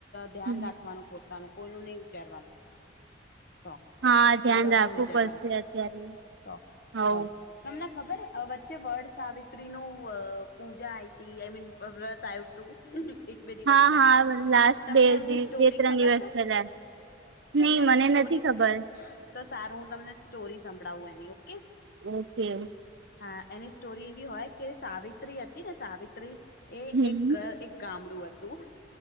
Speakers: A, on the left; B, on the right.
A: ધ્યાન
B: હમ
A: રાખવાનું પોતે તાનું કોઈ નું નહી વિચારવાનું તો
B: હા ધ્યાન
A: મા બાપ
B: રાખવું
A: નું વિચારવાનું
B: પડશે અત્યારે
A: તો
B: હવ
A: તો તમને ખબર વચ્ચે વડ સાવિત્રી નું પૂજા આતી આઈ મીન વ્રત આવ એક બે દિવસ
B: હા
A: પેલા
B: હા લાસ્ટ
A: તમને
B: બે
A: એમની સ્ટોરી
B: બે ત્રણ
A: ખબર
B: દિવસ
A: છે
B: પેલા
A: તમને
B: નહી
A: એની
B: મને
A: સ્ટોરી
B: નથી ખબર
A: તો સારું હું તમને સ્ટોરી સંભળાવું એની ઓકે
B: ઓકે
A: હા એની સ્ટોરી એવી હોય કે સાવિત્રી હતી ને સાવિત્રી એ
B: હમ
A: એક ગામડું હતું